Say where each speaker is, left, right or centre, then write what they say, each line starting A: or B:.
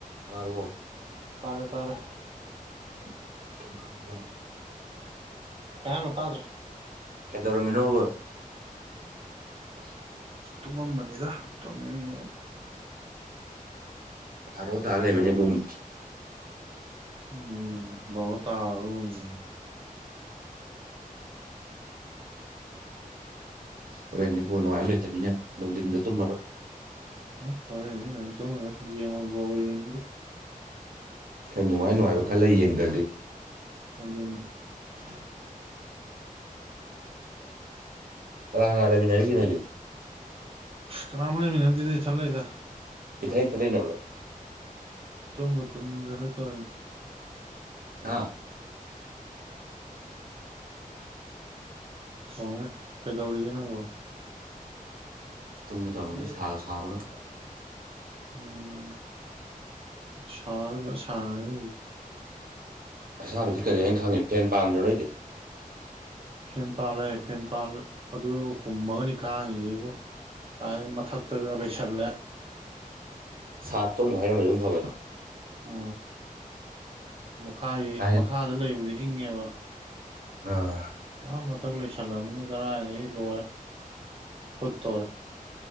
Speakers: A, on the right; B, on the right.
A: ꯇꯥꯔꯕꯣ
B: ꯇꯥꯔꯦ ꯇꯥꯔꯦ
A: <inaudible>
B: ꯀꯩ ꯍꯥꯏꯅꯣ ꯇꯥꯗ꯭ꯔꯦ
A: ꯀꯩꯗꯧꯔꯝꯃꯤꯅꯣꯕ ꯑ
B: ꯇꯨꯝꯃꯝ ꯃꯅꯤꯗ ꯇꯨꯝꯅꯤꯡꯉꯤ
A: ꯕꯥꯔꯣ ꯇꯥꯔ ꯂꯩꯔꯝꯃꯦꯅꯦ ꯄꯨꯡ
B: ꯎꯝ ꯕꯥꯔꯣ ꯇꯥꯔꯕꯒꯨꯝꯅꯤꯅꯦ
A: ꯍꯣꯔꯦꯟ ꯅꯤꯕꯨ ꯅꯨꯡꯉꯥꯏꯕ ꯂꯩꯇꯕꯃꯤꯅꯦ ꯅꯨꯡꯊꯤꯟꯗ ꯇꯨꯝꯂꯔꯣꯏ
B: ꯑ ꯍꯣꯔꯦꯟꯗꯤ ꯉꯟꯅ ꯇꯨꯝꯃꯗꯧꯅꯤ ꯌꯦꯡꯉꯣꯏ ꯕꯣꯜꯒ ꯌꯦꯡꯅꯤꯡꯗꯦ
A: ꯈꯔ ꯅꯨꯡꯉꯥꯏ ꯅꯨꯡꯉꯥꯏꯕ ꯈꯜꯂ ꯌꯦꯡꯗ꯭ꯔꯗꯤ
B: ꯑꯗꯨꯅꯦ
A: <unintelligible>
B: <inaudible>
A: ꯀꯥꯅꯥ ꯀꯥꯅꯥ ꯂꯩꯃꯤꯟ ꯅꯥꯔꯤꯒꯦ ꯅꯣꯏ ꯑꯅꯤ
B: ꯀꯝ ꯂꯩ ꯃꯤ ꯅꯗ ꯊꯜꯂꯗ
A: ꯏꯊꯟ ꯢꯊꯟ ꯂꯩꯅꯕꯔꯣ
B: ꯇꯃ ꯇꯝ ꯏ ꯈꯅ ꯇꯥꯏ
A: ꯑꯥ
B: ꯊ ꯀꯩꯗꯧꯔꯤꯒꯦ ꯅꯪꯕꯣ
A: ꯇꯨꯝꯒꯦ ꯇꯧꯔꯝꯕꯅꯤ
B: <unintelligible>
A: ꯁꯥꯒ ꯁꯥꯕꯒ
B: ꯎꯝ ꯁ ꯁꯅꯤ
A: ꯑꯁꯥꯕꯗꯤ ꯀꯔꯤ ꯍꯥꯏ ꯈꯥꯪꯏ ꯐꯦꯟ ꯄꯥꯝꯗ꯭ꯔꯣ ꯅꯣꯏꯗꯤ
B: ꯐꯦꯟ ꯄꯥꯜꯂꯦ ꯐꯦꯟ ꯄꯥꯜ ꯑꯗꯨ ꯍꯨꯝꯃꯒꯅꯤ ꯈꯥꯡꯉꯤꯒꯦꯕꯨ ꯀꯥꯏ ꯃꯊꯛꯇꯗ ꯂꯩꯁꯜꯂꯦ
A: ꯁꯥꯠꯇꯣ ꯑꯃꯨꯛ ꯍꯩꯔꯛ ꯃꯗꯤ ꯑꯃꯨꯛ ꯐꯕ
B: ꯑ ꯃꯈꯥꯒꯤ
A: ꯍꯥꯏ
B: ꯃꯈꯥꯗ ꯂꯩꯕꯗꯤ ꯙꯕ
A: ꯑꯥ
B: ꯃ ꯏꯊꯛ ꯂꯣꯏꯁꯜꯂꯃꯤꯅ ꯀꯔꯥꯏꯗꯒꯤ ꯂꯣꯏꯔꯦ ꯐꯨꯠ ꯇꯣꯔꯦ